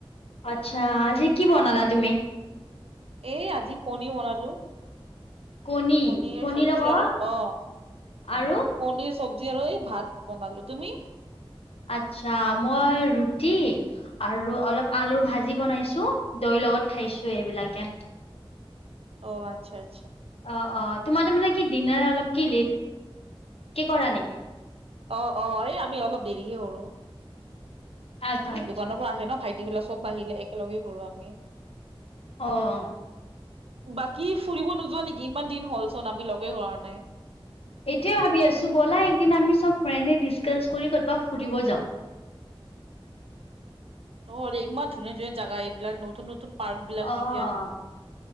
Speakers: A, on the left; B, on the right.
A: আচ্ছা আজি কি বনালা তুমি
B: এই আজি কণী বনালো
A: কণী
B: পনীৰ
A: কণীৰ
B: চব্জি
A: লগত
B: আৰু অ
A: আৰু
B: পনিৰ চবজি আৰু এই ভাত বনালো তুমি
A: আচ্ছা মই ৰুটি আৰু অলপ আলুৰ ভাজি বনাইছো দৈৰ লগত খাইছো এইবিলাকে
B: অ আচ্চছা আচ্চছা
A: অ অ তোমাৰ মানে কি দিনাৰ অলপ কি লেট কৰা নেকি
B: অ অ এই আমি অলপ দেৰিকে কৰো
A: আচ্ছা
B: এই
A: আচ্ছা
B: দোকানৰ পৰা আহে ন ভাইটি বিলাক চব আহ়িলে একেলগে সৰুো আমি
A: আহ
B: বাকী ফুৰিব নোযোৱা নেকি ইমান দিন হ'লচোন আমি লগেই হ নাই
A: এইটোৱে ভাবি আছো ব'লাদিন আমি চব ফ্ৰড ডিচকাছ ফুব যাও।
B: অ, ইমান ধুনীয়া - ধুনীয়া জাগা এইবিলাক নতুন নতুন পাৰ্ক বিলাক
A: অ
B: এতিয়া